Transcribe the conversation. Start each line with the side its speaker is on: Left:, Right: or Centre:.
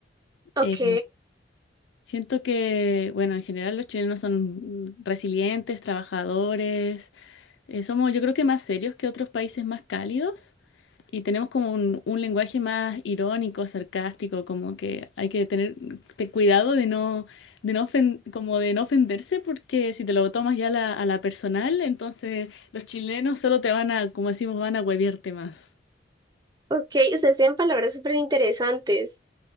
Right: Ok,
Left: Eh, siento que, bueno, en general los chilenos son mm, resilientes, trabajadores Eh, somos yo creo que más serios que otros países más cálidos y tenemos como un, un lenguaje más irónico, sarcástico, como que hay que tener te- cuidado de no, de no ofen- como de no ofenderse porque si te lo tomas ya a la, a la personal, entonces los chilenos solo te van a, como decimos, van a hueviarte más.
Right: ok. Ustedes tienen palabras súper interesantes.